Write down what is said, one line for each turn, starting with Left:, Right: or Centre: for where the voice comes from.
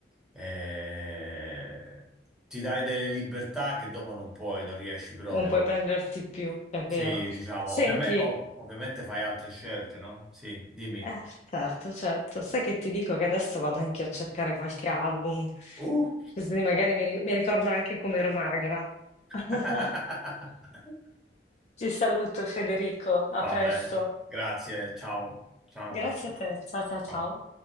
Centre: eh, ti dai delle libertà che dopo non puoi, non riesci proprio.
Left: Non puoi prenderti più, è vero.
Centre: Sì, diciamo,
Left: Senti,
Centre: ovviame- ov- ovviamente fai altre scelte, no? Sì, dimmi.
Left: eh, certo, certo. Sai che ti dico che adesso vado anche a cercare qualche album,
Centre: Uh!
Left: così magari mi, ri- mi ricordo anche come ero magra. <laughs>
Centre: <laughs>
Left: Ti saluto, Federico. A
Centre: Va
Left: presto.
Centre: bene, grazie, ciao, ciao,
Left: Grazie
Centre: un bacio.
Left: a te. Ciao, ciao, ciao.
Centre: Ciao.